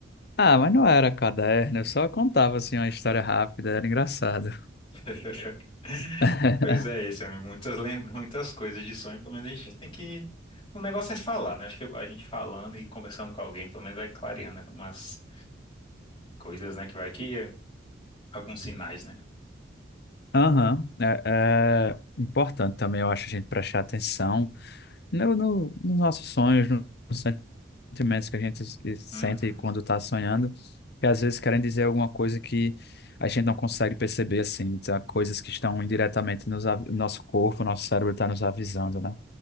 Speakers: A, on the left; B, on the left.
A: Ah, mas não era caderno, eu só contava assim uma história rápida, era engraçado.
B: <laughs>
A: <laughs>
B: Pois é, isso, amigo. muitas lembra <laughs> muitas coisas de sonho, pelo menos a gente tem que. O negócio é falar, né? Acho que a gente falando e conversando com alguém, pelo menos vai clareando algumas coisas, né? Que vai que alguns sinais, né?
A: Aham, é, é importante também, eu acho, a gente prestar atenção. no, no, nos nossos sonhos, no- nos sentimentos que a gente se- sente
B: Uhum,
A: quando está sonhando, que às vezes querem dizer alguma coisa que a gente não consegue perceber, assim, tá? Coisas que estão indiretamente nos, av- nosso corpo, nosso cérebro está nos avisando, né?